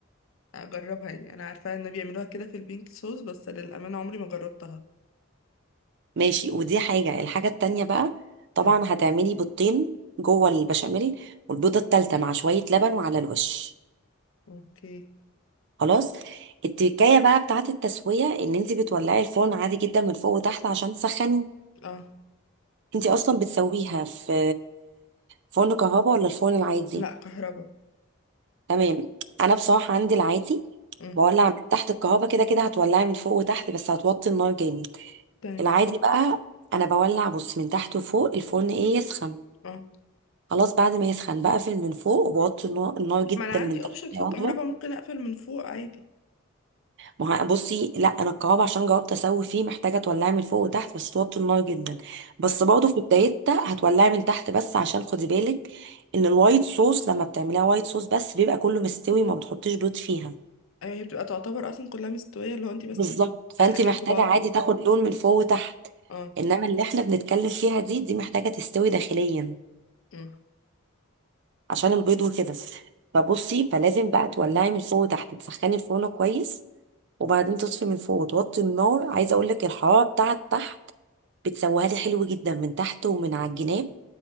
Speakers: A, on the left; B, on the right.
A: اجربها يعني انا عارفه ان بيعملوها كده في البينك صوص بس للامانه عمري ما جربتها
B: ماشي ودي حاجة الحاجة التانية بقى طبعا
A: أمم.
B: هتعملي بيضتين جوه البشاميل والبيضة التالتة مع شوية لبن وعلى الوش
A: اوكي
B: خلاص التكاية بقى بتاعت التسوية ان انت بتولعي الفرن عادي جدا من فوق وتحت عشان تسخني
A: اه
B: انت اصلا بتسويها في فرن كهربا ولا الفرن العادي
A: لا كهربا
B: تمام انا بصراحة عندي العادي
A: أمم.
B: بولع من تحت الكهربا كده كده هتولعي من فوق وتحت بس هتوطي النار جامد
A: تمام
B: العادي بقى انا بولع بص من تحت وفوق الفرن ايه يسخن
A: اه
B: خلاص بعد ما يسخن بقفل من فوق وبوطي النار النار جدا
A: ما انا عندي
B: من تحت
A: اوبشن في
B: يا
A: الكهرباء
B: عضوة
A: ممكن اقفل من فوق عادي
B: ما هو بصي لا انا الكباب عشان جربت اسوي فيه محتاجه تولعي من فوق وتحت بس توطي النار جدا بس
A: تمام
B: برضه في بدايتها هتولعي من تحت بس عشان خدي بالك ان الوايت صوص لما بتعمليها وايت صوص بس بيبقى كله مستوي ما بتحطيش بيض فيها
A: ايوه هي بتبقى تعتبر اصلا كلها مستويه اللي هو انت بس
B: بالظبط فانت
A: بتدخلين
B: محتاجه
A: في بعض
B: عادي
A: يعني.
B: تاخد لون من فوق وتحت
A: اه
B: انما اللي احنا بنتكلم فيها دي دي محتاجه تستوي داخليا
A: مم.
B: عشان البيض وكده فبصي فلازم بقى تولعي من فوق وتحت تسخني الفرن كويس وبعدين تطفي من فوق وتوطي النار عايزه اقول لك الحراره بتاعت تحت بتسويها لي حلو جدا من تحت ومن على الجناب